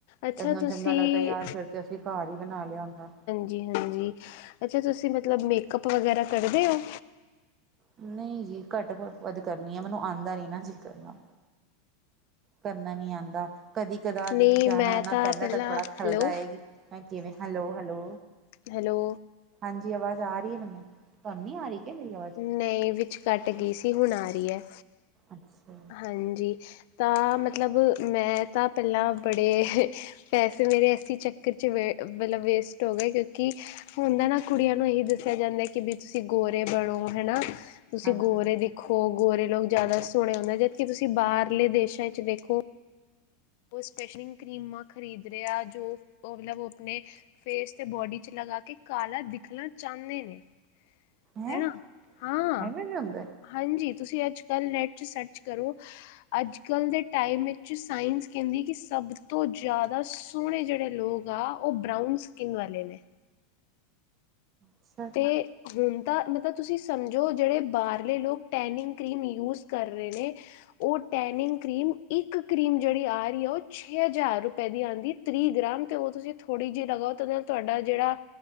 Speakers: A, on the left; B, on the right.
A: ਅੱਛਾ
B: ਤੇ ਏਸ ਨਾਲੋ
A: ਤੁਸੀਂ
B: ਚੰਗਾ ਲੱਗਦਾ ਯਾਰ ਫਿਰ ਤੇ ਅਸੀਂ ਘਰ ਹੀ ਬਣਾ ਲਿਆ ਹੁੰਦਾ
A: ਜੀ ਹਾਂਜੀ ਅੱਛਾ ਤੁਸੀਂ ਮਤਲਬ ਮੇਕਅੱਪ ਵਗੈਰਾ ਕਰਦੇ ਹੋ
B: ਨਹੀਂ ਜੀ ਘੱਟ ਵੱਧ ਕਰਨੀ ਆ ਮੈਨੂੰ ਆਉਂਦਾ ਨ ਨਾ ਜੀ ਕਰਨਾ ਕਰਨਾ ਨੀ ਆਉਂਦਾ ਕਦੀ ਕਦਾਰ ਜਿਵੇਂ
A: ਨਹੀਂ
B: ਜਾਣਾ
A: ਮੈਂ
B: ਆ ਨਾ ਪੈਂਦਾ
A: ਪਹਿਲਾਂ
B: ਤਾਂ ਬੜਾ
A: ਹੈਲੋ
B: ਖਲਦਾ ਹੈਗੀ ਹ ਕਿਵੇਂ ਹੈਲੋ ਹੈਲੋ
A: ਹੈਲੋ
B: ਹਾਂਜੀ ਆਵਾਜ਼ ਆ ਰਹੀ ਹੈ ਮੈਨੂੰ ਤਾਨੂੰ ਨੀ ਆ ਰਹੀ ਕਿ ਮੇਰੀ ਆਵਾਜ਼
A: ਨਈ ਵਿੱਚ ਕੱਟ ਗਈ ਸੀ ਹੁਣ ਆ ਰਹੀ ਹੈ
B: ਅੱਛਾ
A: ਹਾਂਜੀ ਤਾਂ ਮਤਲਬ ਮੈਂ ਤਾਂ ਪੈਲਾਂ ਬੜੇ ਪੈਸੇ ਮੇਰੇ ਐਸੀ ਚੱਕਰ ਚ ਮਤਲਬ ਵੇਸਟ ਹੋ ਗਏ ਕਿਉਂਕਿ ਹੁੰਦਾ ਨਾ ਕੁੜੀਆਂ ਨੂੰ ਇਹੀ ਦੱਸਿਆ ਜਾਂਦਾ ਕਿ ਬਈ ਤੁਸੀਂ ਗੋਰੇ ਬਣੋ ਹਨਾ ਤੁਸੀਂ
B: ਹਾਂਜੀ
A: ਗੋਰੇ
B: ਹੈਂ
A: ਦਿਖੋ ਗੋਰੇ ਲੋਗ ਜ਼ਿਆਦਾ ਸੋਹਣੇ ਹੁੰਦੇ ਜਦਕਿ ਤੁਸੀਂ ਬਾਹਰਲੇ ਦੇਸ਼ਾਂ ਵਿੱਚ ਦੇਖੋ ਉਹ ਸਪੈਸ਼ਲਿੰਗ ਕਰੀਮਾਂ ਖਰੀਦ ਰਿਹਾ ਜੋ ਮਤਲਬ ਉਹ ਆਪਣੇ ਫੇਸ ਅਤੇ ਬੋਡੀ 'ਚ ਲਗਾ ਕੇ ਕਾਲਾ ਦਿਖਣਾ ਚਾਂਦੇ ਨੇ
B: ਹੈਂ
A: ਹਨਾ ਹਾਂ
B: ਐਂਵੇ ਵੀ ਹੁੰਦਾ ਏ
A: ਹਾਂਜੀ ਤੁਸੀਂ ਅੱਜ ਕੱਲ੍ਹ ਨੈੱਟ 'ਚ ਸਰਚ ਕਰੋ ਅਜ ਕੱਲ੍ਹ ਦੇ ਟਾਈਮ ਵਿੱਚ ਸਾਇੰਸ ਕਹਿੰਦੀ ਕਿ ਸਭ ਤੋਂ ਜ਼ਿਆਦਾ ਸੋਹਣੇ ਜਿਹੜੇ ਲੋਗ ਆ ਉਹ ਬਰਾਊਨ ਸਕਿੰਨ ਵਾਲੇ ਨੇ
B: ਅੱਛਾ
A: ਤੇ
B: ਜੀ।
A: ਹੁਣ ਤਾਂ ਮਤਲਬ ਤੁਸੀਂ ਸਮਝੋ ਜਿਹੜੇ ਬਾਹਰਲੇ ਲੋਕ ਟੈਨਿੰਗ ਕਰੀਮ ਯੂਜ ਕਰ ਰਹੇ ਨੇ ਉਹ ਟੈਨਿੰਗ ਕ੍ਰੀਮ ਇੱਕ ਕ੍ਰੀਮ ਜਿਹੜੀ ਆ ਰਹੀ ਆ ਉਹ ਛੇ ਹਜ਼ਾਰ ਰੁਪਏ ਦੀ ਆਂਦੀ ਤ੍ਰੀਹ ਗ੍ਰਾਮ 'ਤੇ ਉਹ ਤੁਸੀਂ ਥੋੜ੍ਹੀ ਜਿਹੀ ਲਗਾਓ ਤਾਂ ਉਹਦੇ ਨਾਲ ਤੁਹਾਡਾ ਜਿਹੜਾ